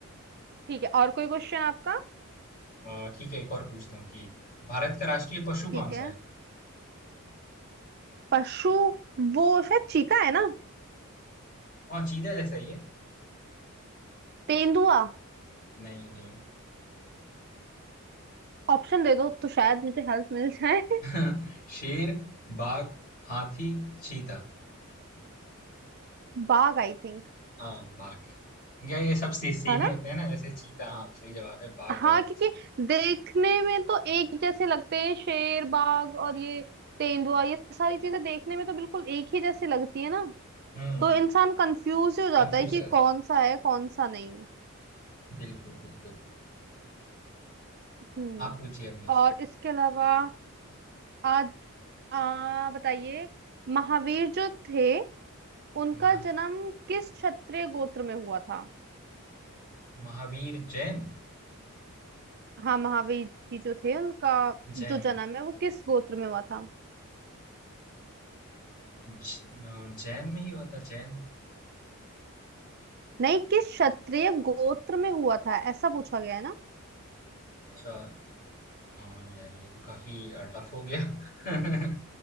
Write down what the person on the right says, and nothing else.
ठीक है और कोई क्वेश्चन आपका
ठीक
है
पशु वो शायद चीता है ना
तेंदुआ
ऑप्शन दे दो तो शायद मुझे हेल्प मिल जाए
<laughs> बाघ आई थिंक
है ना
हाँ
क्योंकि
देखने में तो एक जैसे लगते हैं शेर बाघ और ये तेंदुआ ये सारी चीजें देखने में तो बिल्कुल एक ही जैसी लगती है ना
तो इंसान कंफ्यूज हो जाता
है कि
कौन सा है कौन सा नहीं
हम्म
और इसके अलावा आज आ, बताइए महावीर जो थे उनका
जन्म किस क्षत्रिय गोत्र में हुआ था
हाँ महावीर जी जो थे उनका जो
जन्म है वो किस गोत्र में हुआ था
नहीं किस क्षत्रिय गोत्र में हुआ था ऐसा पूछा गया है ना